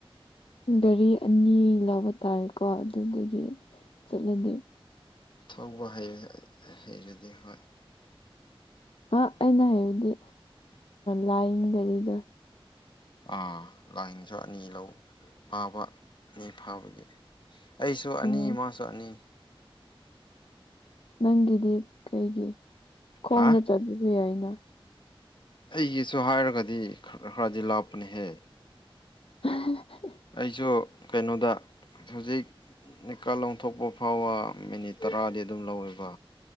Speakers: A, on the left (about 70°); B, on the left (about 55°).
A: ꯒꯥꯔꯤ ꯑꯅꯤ ꯂꯧꯕ ꯇꯥꯔꯦꯀꯣ ꯑꯗꯨꯗꯒꯤ ꯆꯠꯂꯗꯤ
B: ꯊꯧꯕ ꯍꯩ ꯍꯩꯔꯗꯤ ꯍꯣꯏ
A: ꯑꯩꯅ ꯍꯥꯏꯕꯗꯤ ꯂꯥꯏꯟ ꯒꯥꯔꯤꯗ
B: ꯥ ꯂꯥꯏꯟꯁ ꯑꯅꯤ ꯂꯧ ꯐꯥꯕꯅꯤ ꯐꯥꯕꯒꯤ ꯑꯩꯁꯨ ꯑꯅꯤ
A: ꯑꯣ
B: ꯃꯥꯁꯨ ꯑꯅꯤ
A: ꯅꯪꯒꯤꯗꯤ ꯀꯩꯒꯤ ꯈꯣꯡꯅ
B: ꯍꯥ
A: ꯆꯠꯂꯨ꯭ꯔꯤ ꯍꯥꯏꯅ
B: ꯑꯩꯒꯤꯁꯨ ꯍꯥꯏꯔꯒꯗꯤ ꯈꯔ ꯈꯔꯗꯤ ꯂꯥꯛꯞꯄꯅꯤꯍꯦ
A: <unintelligible>
B: ꯑꯩꯁꯨ ꯀꯩꯅꯣꯗ ꯍꯧꯖꯤꯛ ꯅꯤꯀꯥ ꯂ ꯂꯧꯊꯣꯛꯄ ꯐꯥꯎꯕ ꯃꯤꯅꯤꯠ ꯇꯔꯥꯗꯤ ꯑꯗꯨꯝ ꯂꯧꯋꯦꯕ